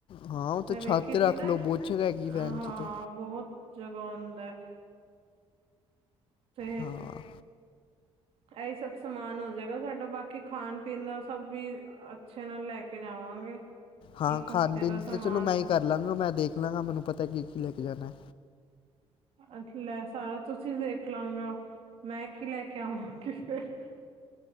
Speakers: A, on the left; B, on the right.
A: ਹਾਂ ਉਹ ਤਾਂ
B: ਮੈਂ
A: ਛੱਤ
B: ਵੇਖੀ
A: 'ਤੇ
B: ਸੀ
A: ਰੱਖ
B: ਨਾ,
A: ਲਓ ਬਹੁਤ ਜਗ੍ਹਾ ਹੈਗੀ
B: ਹਾਂ-
A: ਵੈਨ 'ਚ ਤਾਂ
B: ਬਹੁਤ ਜਗ੍ਹਾ ਉਂਦਾ ਤੇ
A: ਹਾਂ
B: ਐਈ ਸਭ ਸਮਾਨ ਹੋਜੇਗਾ ਸਾਡਾ, ਬਾਕੀ ਖਾਣ ਪੀਣ ਦਾ ਸਭ ਵੀ ਅੱਛੇ ਨਾਲ ਲੈ ਕੇ ਜਾਵਾਂਗੇ।
A: ਹਾਂ
B: ਇੱਕ
A: ਖਾਣ
B: ਹਫ਼ਤੇ
A: ਪੀਣ
B: ਦਾ
A: ਦੀ
B: ਸਮਾਨ
A: ਤੇ ਚਲੋ ਮੈਂ ਈ ਕਰ ਲਾਂਗਾ। ਮੈਂ ਦੇਖ ਲਾਂਗਾ ਮੈਨੂੰ ਪਤਾ ਕੀ ਕੀ ਲੈ ਕੇ ਜਾਣਾ।
B: ਅੱਛ ਲੈ ਸਾਰਾ ਤੁਸੀਂ ਦੇਖ ਲਾਂਗਾ, ਮੈਂ ਕੀ ਲੈ ਕੇ ਆਵਾਂ <unintelligible>